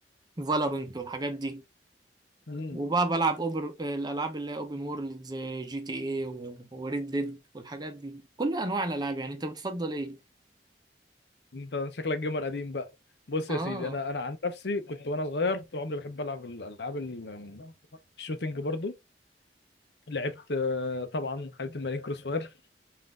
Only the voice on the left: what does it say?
امم
انت شكلك جيمر قديم بقى بص
يا سيدي انا انا عن نفسي كنت وانا صغير طول عمري بحب العب الالعاب ال- الشوتينج برضو لعبت آه، طبعا حبيبه الملايين كروس فاير